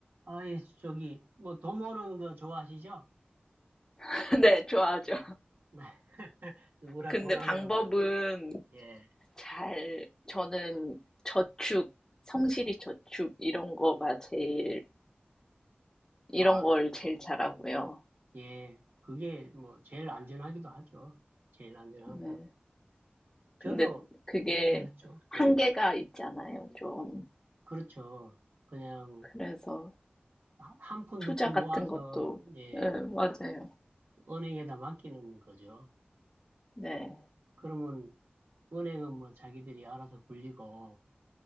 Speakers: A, on the right; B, on the left.
A: 아이, 저기, 뭐, 돈 모으는 거 좋아하시죠?
B: <laughs> 네, 좋아하죠.
A: <laughs> 누구나
B: 근데
A: 돈 하면
B: 방법은
A: 뭐, 예.
B: 잘, 저는 저축, 성실히 저축, 이런 거가 제일, 이런
A: 아,
B: 걸 제일 잘하고요.
A: 예. 그게 뭐, 제일 안전하기도 하죠. 제일 안전하고.
B: 네.
A: 저도
B: 근데 그게
A: 그렇게 했죠.
B: 한계가
A: 예.
B: 있잖아요, 좀.
A: 그렇죠. 그냥,
B: 그래서
A: 한 푼,
B: 투자
A: 두 푼
B: 같은
A: 모아서,
B: 것도,
A: 예,
B: 네, 맞아요.
A: 은행에다 맡기는 거죠.
B: 네,
A: 그러면, 은행은 뭐, 자기들이 알아서 굴리고,